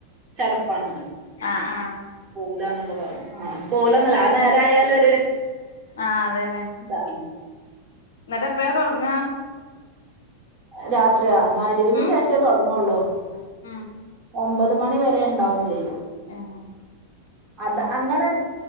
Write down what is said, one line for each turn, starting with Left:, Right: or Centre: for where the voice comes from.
Right: ചടപ്പാണ്
Left: ആ ആ
Right: <unintelligible>
Left: ആ അതന്നെ
Right: ഇതാണ്
Left: എന്നിട്ട് എപ്പാഴ തുടങ്ങുവാ
Right: <unintelligible>
Left: ഉം
Right: <unintelligible>
Left: ഉം
Right: ഒമ്പത് മണിവരെണ്ടാവും ചെയ്യാൻ.
Left: ആഹ്
Right: അത് അങ്ങനെ